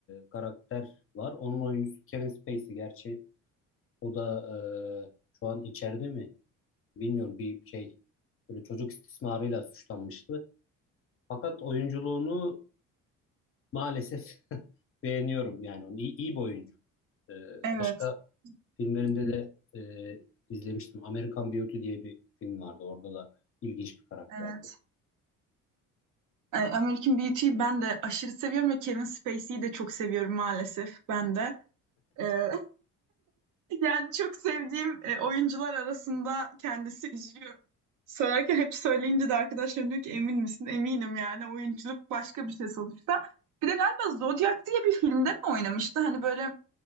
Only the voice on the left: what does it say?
karakter var. Onun oyuncusu Kevin Spacey. Gerçi O da e, şu an içeride mi? Bilmiyorum bir şey böyle çocuk istismarıyla suçlanmıştı. Fakat oyunculuğunu maalesef <laughs> beğeniyorum yani onu iyi, iyi bir oyuncu. E,
başka filmlerinde
de e, izlemiştim. American Beauty diye bir film vardı. Orada da ilginç bir karakterdi.